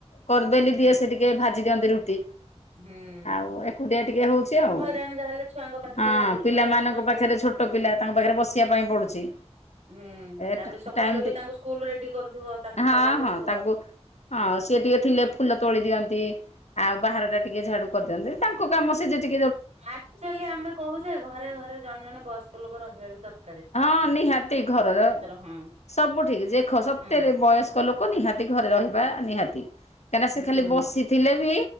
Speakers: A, on the left; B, on the right.
A: କରି ବେଲି
B: ହୁଁ
A: ଦିଏ ସେ ଟିକେ ଭାଜି ଦିଅନ୍ତି ରୁଟି।
B: ହୁଁ
A: ଆଉ ଏକୁଟିଆ ଟିକେ ହଉଛି ଆଉ,
B: ହଇରାଣ ଯାହାହେଲେ ଛୁଆଙ୍କ ପାଠ
A: ହଁ
B: ପଢା ଦେଖିବା
A: ପିଲାମାନଙ୍କ
B: ଛୁଆଙ୍କୁ
A: ପାଖରେ ଛୋଟ ଛୋଟ ପିଲା ତାଙ୍କ ପାଖରେ ବସିବା ପାଇଁ ପଡୁଛି।
B: ହୁଁ
A: ଏ
B: ତାପରେ ସକାଳୁ
A: ଟାଇମ୍ ଟି
B: ବି ତାଙ୍କୁ ସ୍କୁଲ ରେଡି କରୁଥିବ ତାଙ୍କ
A: ହଁ
B: ଖାଇବା କରୁଥିବ।
A: ହଁ ତାଙ୍କୁ ହଁ ସିଏ ଟିକେ ଥିଲେ ଫୁଲ ତୋଳି ଦିଅନ୍ତି ଆଉ ବାହାରଟା ଟିକେ ଝାଡୁ କରିଦିଅନ୍ତି ତାଙ୍କ କାମ ସେ ଯେଟିକି
B: ଆକ୍ଚୁଆଲି ଆମେ କହୁଛେ ଘରେ ଘରେ ଜଣେ ଜଣେ ବୟସ୍କ ଲୋକ ରହିବା ବି ଦର୍
A: ହଁ ନିହାତି ଘରର।
B: ହଁ
A: ସବୁ ଠିକ୍ ଯେଖ ସତେରେ
B: ହଁ।
A: ବୟସ୍କ ଲୋକ ନିହାତି ଘରେ ରହିବା ନିହାତି। କାହିଁକିନା
B: ହୁଁ
A: ସେ ଖାଲି ବସିଥିଲେ ବି